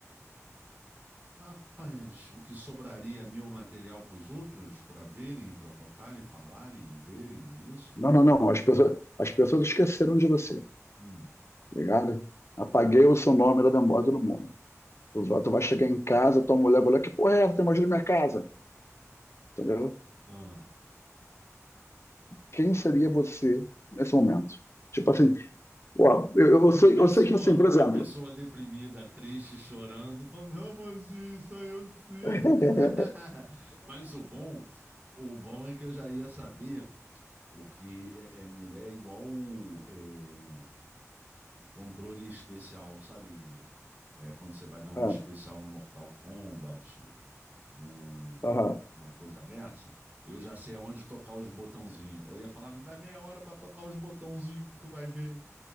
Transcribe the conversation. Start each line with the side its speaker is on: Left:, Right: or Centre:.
Right: Rapaz, o que sobraria é meu material para os outros, para verem, para tocarem, falarem, verem, é isso?
Left: Não, não, não. As pessoas, as pessoas esqueceram de você, tá
Right: Hum.
Left: ligado? Apaguei o seu nome da memória do mundo. Tu vai, tu vai chegar em casa, tua mulher vai olhar, que porra é essa? Tem mais na minha casa, entendeu?
Right: Ah.
Left: Quem
Right: Ah,
Left: seria você nesse momento? Tipo assim, ó, eu,
Right: Uma
Left: eu sei,
Right: pessoa,
Left: eu sei que assim, por
Right: uma
Left: exemplo.
Right: pessoa deprimida, triste, chorando, falando, não, mozinho, sou eu sim.
Left: <laughs>
Right: <laughs> Mas o bom, o bom é que eu já ia saber. Porque é, é mulher é igual é, controle especial, sabe? É, quando você vai dar um
Left: Ah,
Right: especial no Mortal Kombat, numa
Left: aham.
Right: coisa dessa, eu já sei aonde tocar os botãozinhos. Eu ia falar, me dá meia hora pra tocar os botãozinhos que tu vai ver.